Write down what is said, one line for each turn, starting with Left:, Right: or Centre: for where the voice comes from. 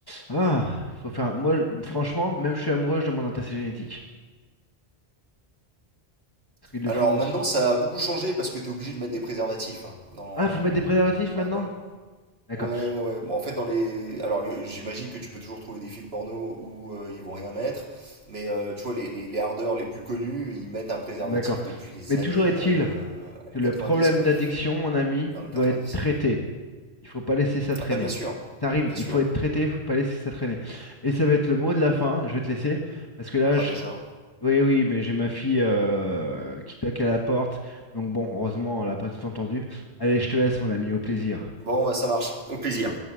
Left: Ah, faut faire. Moi, je- franchement, même je suis amoureux, je demande un test génétique. Parce qu'ils le
Right: Alors
Left: font.
Right: maintenant, ça a beaucoup changé parce que tu es obligé de mettre des préservatifs. hein, dans...
Left: Ah, faut mettre des préservatifs
Right: bah,
Left: maintenant?
Right: dans les-
Left: D'accord.
Right: Ouais, ouais, ouais. Bon, en fait, dans les... Alors, y- j'imagine que tu peux toujours trouver des films porno où euh, ils vont rien mettre. Mais euh, tu vois, les, les, les hardeurs les plus connus, ils mettent un préservatif
Left: D'accord.
Right: depuis les
Left: Mais toujours
Right: années,
Left: est-il.
Right: euh, années
Left: que le
Right: 90,
Left: problème
Right: quoi.
Left: d'addiction, mon ami,
Right: Enfin,
Left: doit
Right: 90.
Left: être traité. Il faut pas laisser ça traîner.
Right: Ah bah bien sûr,
Left: Ça rime,
Right: bien
Left: il
Right: sûr.
Left: faut être traité, il faut pas laisser ça traîner. Et ça va être le mot de la fin, je vais te laisser, parce que là,
Right: Ah
Left: je...
Right: déjà.
Left: oui, oui, mais j'ai ma fille euh, qui toque à la porte, donc bon, heureusement, elle n'a pas tout entendu. Allez, je te laisse, mon ami, au plaisir.
Right: Bon, bah ça marche. Au plaisir.